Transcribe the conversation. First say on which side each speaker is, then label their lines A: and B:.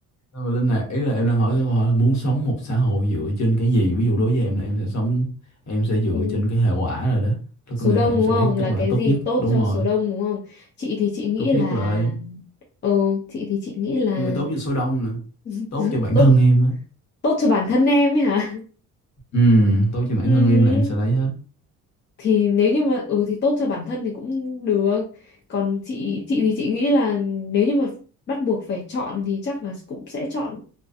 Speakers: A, on the left (about 55°); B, on the left (about 35°).
A: Nhưng mà Linh này ý là em đang hỏi cái câu hỏi là muốn sống một xã hội dựa trên cái gì ví dụ đối với em là em sẽ sống em sẽ dựa
B: Ừ.
A: trên cái hệ quả rồi đó đó
B: số
A: có nghĩa
B: đông
A: là em
B: đúng
A: sẽ
B: không
A: lấy cái kết
B: là cái
A: quả tốt
B: gì
A: nhất
B: tốt
A: đúng
B: cho
A: rồi
B: số đông đúng không chị thì chị nghĩ
A: tốt
B: là
A: nhất là lấy
B: ừ chị thì chị nghĩ là
A: không phải tốt cho số đông nữa
B: <laughs>
A: tốt cho bản
B: tốt
A: thân em á
B: tốt cho bản thân em ấy hả
A: ừ tốt cho bản
B: Ừ,
A: thân em là em sẽ lấy hết
B: thì nếu như mà ừ thì tốt cho bản thân thì cũng được còn chị chị thì chị nghĩ là nếu như mà bắt buộc phải chọn thì chắc là cũng sẽ chọn